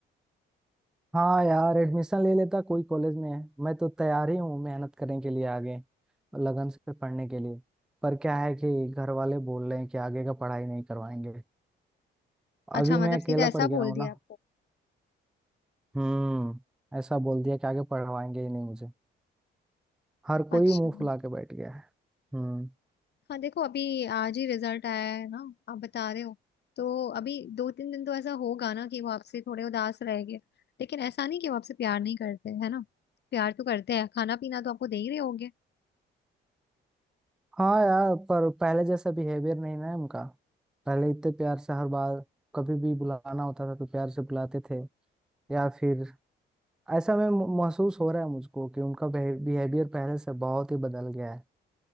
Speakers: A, in the centre; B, on the left (about 55°).
A: हाँ यार एडमिशन ले लेता कोई कॉलेज में है मैं तो तैयार ही हूँ मेहनत करने के लिए आगे और लगन से पढ़ने के लिए पर क्या है कि घर वाले बोल रहे हैं कि आगे का पढ़ाई नहीं करवाएंगे
B: अच्छा
A: अभी
B: मतलब
A: मैं
B: सीधा
A: अकेला
B: ऐसा
A: पड़ गया
B: बोल
A: हूँ
B: दिया
A: ना
B: आपको
A: हम्म ऐसा बोल दिया कि आगे पढ़वाएंगे ही नहीं मुझे हर कोई
B: अच्छा
A: मुंह फुला के बैठ गया है हम्म
B: हाँ देखो अभी आज ही रिजल्ट आया है ना आप बता रहे हो तो अभी दो तीन दिन तो ऐसा होगा ना कि वो आपसे थोड़े उदास रहेंगे लेकिन ऐसा नहीं कि वो आपसे प्यार नहीं करते है ना प्यार तो करते हैं खाना पीना तो आपको दे ही रहे होंगे
A: हाँ यार पर पहले जैसा बिहेवियर नहीं ना है उनका पहले इतने प्यार से हर बार कभी भी बुलाना होता था तो प्यार से बुलाते थे या फिर ऐसा मैं महसूस हो रहा है मुझको कि उनका बिहेवियर पहले से बहुत ही बदल गया है